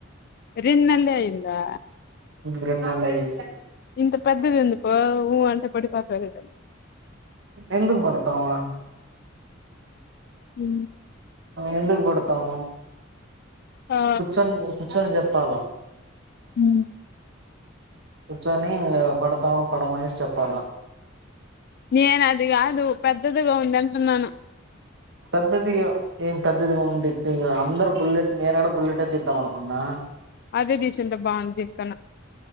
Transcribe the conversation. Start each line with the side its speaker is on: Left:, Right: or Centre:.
Left: రిన్ నెలలే అయిందా
Right: రెండు నెల్లె అయింది
Left: ఇంత పెద్దది ఉందికో ఊ అంటే పొడి పోతావు కదా
Right: ఎందుకు పడతావా
Left: హ
Right: ఎందుకు పడుతామ
Left: ఆ
Right: కూర్చోనికా పోయి చెప్పాల
Left: హ
Right: కూర్చొని పడతాము పడమ అనేసి చెప్పాల
Left: నేను అది కాదు పెద్దదిగా ఉంది అంటున్నాను
Right: పెద్దది ఏం పెద్దదిగా ఉండి అందరు బుల్లెట్ నేను కూడా బుల్లెట్ తీదం అనుకున్నా
Left: అదే దీసంట బ అనిపినా